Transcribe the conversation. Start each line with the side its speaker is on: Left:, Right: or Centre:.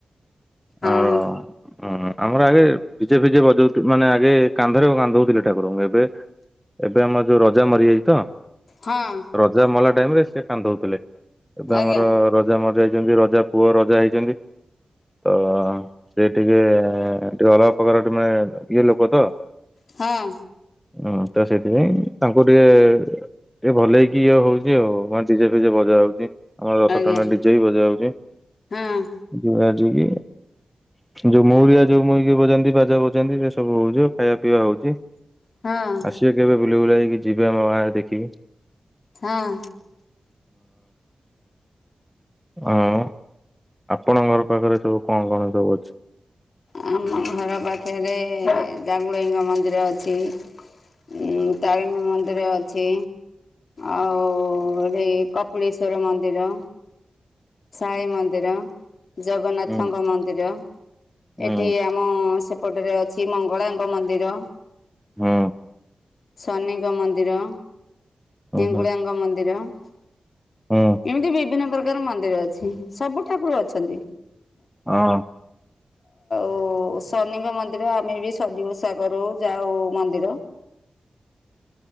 Left: ହଉ
Centre: ଆମର ଅଁ-ଆମର ଆଗେ ଫିଜେ ଫିଜେ ବଜୋଉଥୁ-ମାନେ ଆଗେ କାନ୍ଧରେ କାନ୍ଧୋଉଥୁଲେ ଠାକୁର। ଏବେ ଏବେ ଆମର ଯୋଉ ରଜା ମରିଯାଇଚି ତ।
Left: ହଁ
Centre: ରଜା ମଲା ଟାଇମରେ ସେ କାନ୍ଧୋଉଥୁଲେ ଏବେ
Left: ଆଜ୍ଞା
Centre: ଆମର ରଜା ମରିଯାଇ ସେମିତି ରଜା ପୁଅ ରଜା ହେଇଚନ୍ତି। ତ ସେ ଟିକେ ଟିକେ ଅଲଗା ପ୍ରକାର ଟମେ ଇଏ ଲୋକ ତ।
Left: ହଁ।
Centre: ହଁ ତ ସେଇଥିପାଇଁ ତାଙ୍କୁ ଟିକେ ଏ ଭଲେଇକି ଇଏ ହୋଉଚି ଆଉ କଣ ଡିଜେ ଫିଜେ ବଜାହୋଉଚି। ଆମର ରଥ
Left: ଆଜ୍ଞା
Centre: ଟାଣା ଡିଜେ ବି ବଜାହୋଉଚି
Left: ହଁ
Centre: ଯିବା ଆଜିିକି ଯୋଉ ମୋଉରିଆ ଯୋଉ ମୋଇକି ବଜନ୍ତି ବାଜା ବଜାନ୍ତି ସେ ସବୁ ହୋଉଚି ଖାଇବା ପିଇବା ହୋଉଚି।
Left: ହଁ
Centre: ଆସିବେ କେବେ ବୁଲିବୁଲା ହେଇକି ଯିବେ ଆମ ଗାଁରେ ଦେଖିକି।
Left: ହଁ।
Centre: ଆଉ? ଆପଣଙ୍କ ଘର ପାଖରେ ସବୁ କଣ କଣ ସବୁ ଅଛି?
Left: ଆମ ଘର ପାଖରେ ଜାଗୁଳେଇଙ୍କ ମନ୍ଦିର ଅଛି। ଉଁ ତାରିଣୀ ମନ୍ଦିର ଅଛି। ଆଉ ଏବେ କପିଳେଶ୍ଵର ମନ୍ଦିର ସାଇ ମନ୍ଦିର ଜଗନ୍ନାଥଙ୍କ
Centre: ହୁଁ
Left: ମନ୍ଦିର
Centre: ହୁଁ
Left: ଏଠି ଆମ ସେ ଏପଟରେ ଅଛି ମଙ୍ଗଳାଙ୍କ ମନ୍ଦିର।
Centre: ହଁ।
Left: ଶନିଙ୍କ ମନ୍ଦିର ହେଙ୍ଗୁଳାଙ୍କ
Centre: ହଁ
Left: ମନ୍ଦିର ଏମିତି
Centre: ହଁ
Left: ବିଭିନ୍ନ ପ୍ରକାର ମନ୍ ନ୍ଦିର ଅଛି ସବୁ ଠାକୁର ଅଛନ୍ତି।
Centre: ଅହ।
Left: ଓ ଶନିଙ୍କ ମନ୍ଦିର ଆମେ ବି ଶନି ଓଷା କରୋଉ ଯାଉ ମନ୍ଦିର।